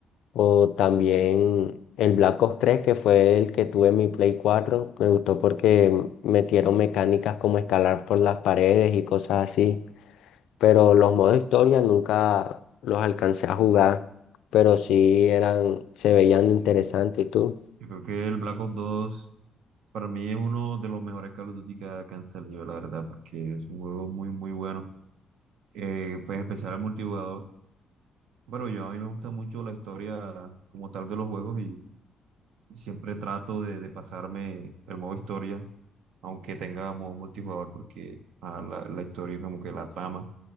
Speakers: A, on the left (about 80°); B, on the right (about 80°).
A: o también el Black Ops 3, que fue el que tuve en mi Play 4. Me gustó porque metieron mecánicas como escalar por las paredes y cosas así. Pero los modos historia nunca los alcancé a jugar. Pero sí eran, se veían
B: Sí,
A: interesantes. ¿Y tú?
B: yo creo que el Black Ops 2 para mí es uno de los mejores Call of Duty que ha- que han salido, la verdad, porque es un juego muy, muy bueno. eh, pues especial al multijugador. Pero yo a mí me gusta mucho la historia como tal de los juegos Siempre trato de, de pasarme el modo historia, aunque tenga modo multijugador, porque ah, la, la historia, como que la trama